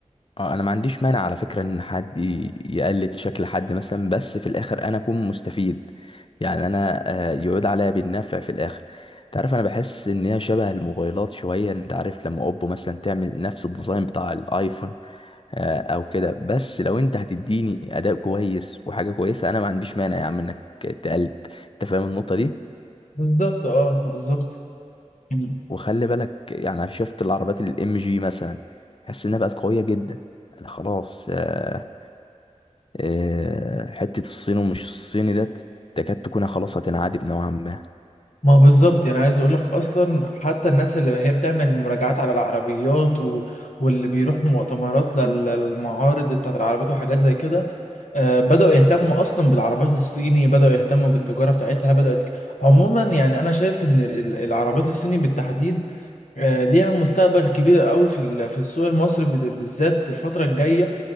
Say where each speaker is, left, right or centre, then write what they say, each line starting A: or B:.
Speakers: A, on the left; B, on the left.
A: اه انا ما عنديش مانع على فكرة ان حد ي- يقلد شكل حد مثلا بس في الاخر انا اكون مستفيد يعني انا آه، يعود عليا بالنفع في الاخر تعرف انا بحس ان هي شبه الموبايلات شوية انت عارف لما اوبو مثلا تعمل نفس الديزاين بتاع الايفون آه، او كده بس لو انت هتديني اداء كويس وحاجة كويسة انا ما عنديش مانع يا عم انك تقلد انت فاهم النقطة دي
B: بالظبط اه بالظبط مم.
A: وخلي بالك يعني أنا شفت العربيات الام جي مثلا حس انها بقت قوية جدا انا خلاص آه، آه، حتة الصين ومش الصيني ده تكاد تكون خلاص هتنعدم نوعا ما
B: ما هو بالظبط يعني عايز اقول لك اصلا حتى الناس اللي هي بتعمل مراجعات على العربيات و... واللي بيروحوا مؤتمرات لل- للمعارض بتاعت العربيات وحاجات زي كده آه، بدأوا يهتموا اصلا بالعربيات الصيني بدأوا يهتموا بالتجارة بتاعتها بدأت عموما يعني انا شايف ان ال- ال- العربيات الصيني بالتحديد آه، ليها مستقبل كبير قوي في ال- في السوق المصري بال- بالذات الفترة الجاية